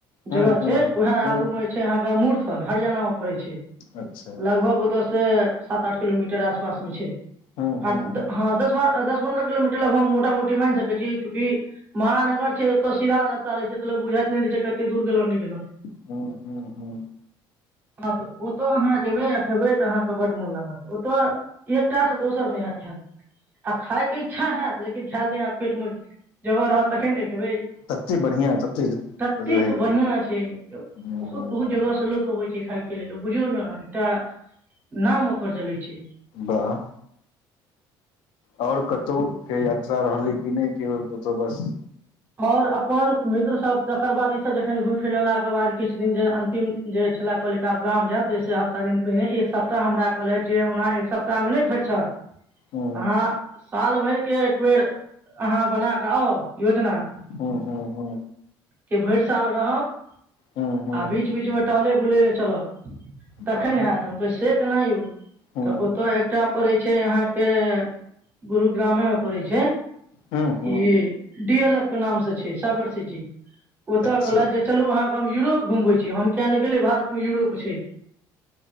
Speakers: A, on the left (about 70°); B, on the right (about 25°).
A: हूँ
B: जगह
A: हूँ
B: छै उएह
A: हूँ
B: आगू मे जे छै अहाँके मूर्थल हरियाणा मे। पड़ै छै।
A: अच्छा
B: लगभग ओतऽ ‌ से सात आठ किलोमीटर आसपास में छै।
A: हूँ हूँ
B: हँ आठ द
A: हूँ
B: दस बारह दस पन्द्रह किलोमीटर लगभग म मोटा मोटी मानि सकैत छी। चूँकि महानगर छै ओत सीधा रास्ता रहे छै। तऽ लो बुझाइत नहि रहै छै कते दूर गेलों नहि गेलहु।
A: ह हू ह
B: हँ तऽ ओतो अहाँ जेबै। खेबै तऽ अहाँके बड्ड मोन लागत। ओतऽ एकटा से दोसर नहि हेएत खायल आ खायके इच्छा हेयत लेकिन। खायल नहि हेएत। पेट मे जगह रहत तखन ने खेबै।
A: तते बढ़िआँ तते
B: ततेक
A: रहैया
B: बढ़ियां छै बहुत
A: हूँ
B: बहुत जगह से लोक अबै छै खायके के लेल ओ बुझियौ ने एकटा नाम ओकर चलै छै।
A: बाह आओर कतहु के यात्रा रहलै कि नहि की ओतऽ बस।
B: आओर अपन मित्रसभ तकर बाद ईसभ जखन घुमि फिर लेलाके बाद किछु दिन जे अन्तिम जे छलै कहलै कि आब गाम जायब ताहिसँ सप्ताह दिन पहिने एक सप्ताह हमरा कहलथि जे ओना एक सप्ताहमे नहि फर छथि।
A: हूँ
B: अहाँ साल भर के एक बेेर अहाँ बना कऽ आउ। योजना
A: हू हू हू
B: के भरि साल रहब।
A: हूँ हूँ
B: आ बीच बीच मे टहले बुले ले चलब। तखन
A: वाह
B: हैत हम कहलिये से केना यौ
A: हूँ
B: तऽ ओतय एकटा पड़ैत छै अहाँके। गुरुग्रामे मे पड़ै छै।
A: हूँ हूँ
B: ई डी एल एफ नामसै छै, साइबर सिटी। ओत
A: अच्छा
B: कहलैथ जे चलू अहां हम यूरोप घुमबै छी हम। किया नै गेले भारत मे यूरोप छै